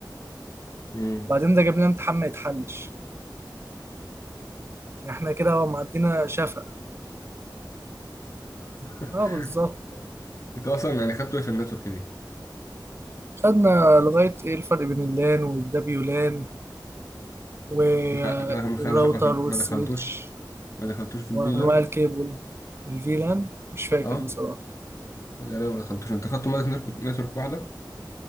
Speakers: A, on the left; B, on the right.
A: امم
B: وبعدين ده جاب لنا امتحان ما يتحلش يعني احنا كده معدينا شفق
A: <laughs>
B: اه بالظبط
A: انت اصلا يعني خدته ايه في النتورك دي
B: خدنا لغاية ايه الفرق بين اللان والدبيولان والراوتر
A: ما خ- ما خ- ما خ-
B: والسويتش
A: ما دخلتوش ما دخلتوش في الفيلان
B: وانواع الكيبل الفيلان مش فاكر
A: اه
B: بصراحة
A: غالبا ما دخلتوش انت خدته مادة نتورك نتورك واحدة